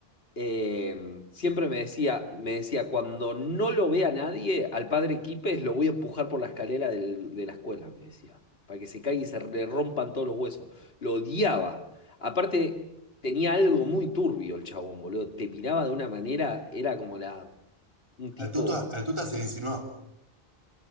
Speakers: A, on the left (about 70°); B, on the right (about 30°).
A: eh, siempre me decía, me decía, cuando no lo vea nadie, al padre Quipes lo voy a empujar por la escalera del- de la escuela, me decía, para que se caiga y se le rompan todos los huesos. Lo odiaba. Aparte, tenía algo muy turbio el chabón, boludo. Te miraba de una manera, era como la, un tipo,
B: Al Tuta, al Tuta se le insinuó,